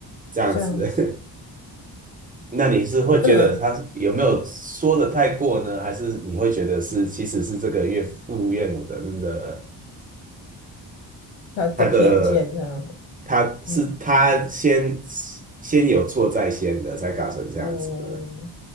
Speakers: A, on the right (about 20°); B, on the left (about 80°).
A: 这样子。
B: 这样子，
A: <laughs> 那你是会觉得他有没有说的太过呢？
B: 嗯，
A: 还是你会觉得是其实是这个岳父岳母的那个
B: 他的偏见这样，
A: 他的他是他先
B: 嗯，
A: 先有错在先的，才搞成这样子的？
B: 哦。